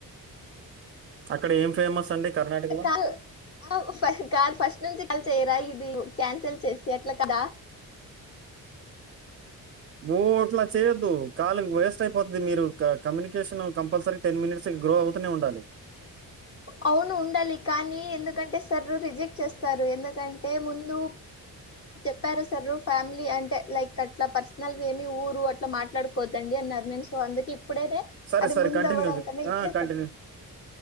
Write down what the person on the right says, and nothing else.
అక్కడ ఏం ఫేమస్ అండి కర్ణాటకలో?
ఓ అట్లా చేయొద్దు కాల్ వేస్ట్ అయిపోద్ది. మీరు క కమునికేషను కంపల్సరీ టెన్ మినిట్స్ గా గ్రో అవుతనే ఉండాలి.
సరే,
సరే.
కంటిన్యూ జే
ఆ! కంటిన్యూ